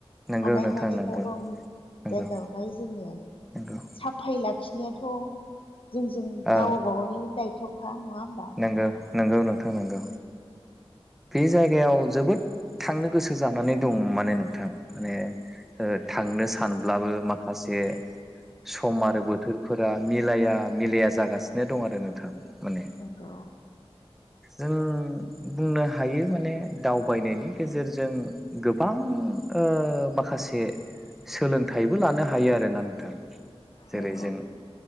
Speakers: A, in the centre; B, on the left (about 60°).
A: नंगौ
B: हानायमानि
A: नोंथां नंगौ
B: गाव गावनि
A: नंगौ
B: जायगायावहाय जोङो
A: नंगौ
B: उफाय लाखिनायाथ' जोंजों
A: औ
B: गावबागावनि दायथ'खा नङा होमबा?
A: नंगौ नंगौ नोंथां नंगौ बे जायगायाव जोबोद थांनो गोसो जानानै दं माने नोंथां माने ओ थांनो सानब्लाबो माखासे सम आरो बोथोरफोरा मिलाया मिलाया जागासिनो दं आरो नोंथां माने
B: नंगौ
A: जों बुंनो हायो माने दावबायनायनि गेजेरजों गोबां ओ माखासे सोलोंथाइबो लानो हायो आरोना नोंथां जेरै
B: नंगौ
A: जों